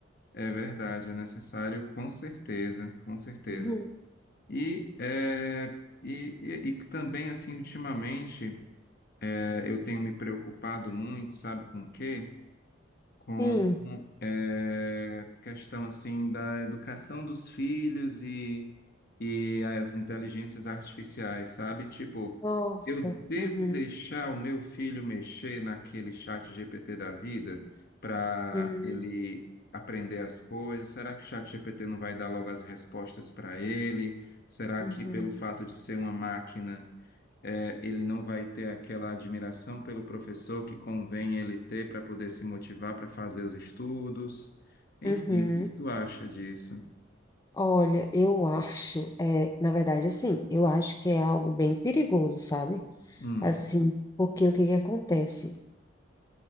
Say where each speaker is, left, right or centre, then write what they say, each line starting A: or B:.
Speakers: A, on the left; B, on the left.
A: é verdade, é necessário, com certeza, com certeza.
B: Uhum.
A: E é, e, e, e também assim, ultimamente, é, eu tenho me preocupado muito, sabe com o quê? com
B: Sim.
A: é, questão assim da educação dos filhos e, e as inteligências artificiais, sabe? Tipo,
B: Nossa.
A: eu devo
B: Uhum.
A: deixar o meu filho mexer naquele chat GPT da vida para
B: Uhum.
A: ele aprender as coisas? Será que o chat GPT não vai dar logo as respostas para ele? Será
B: Uhum.
A: que pelo fato de ser uma máquina eh, ele não vai ter aquela admiração pelo professor que convém ele ter para poder se motivar para fazer os estudos. Enfim,
B: Uhum.
A: o que que tu acha disso?
B: Olha, eu acho, é, na verdade, assim, eu acho que é algo bem perigoso, sabe?
A: Hum,
B: Assim, porque o que que acontece?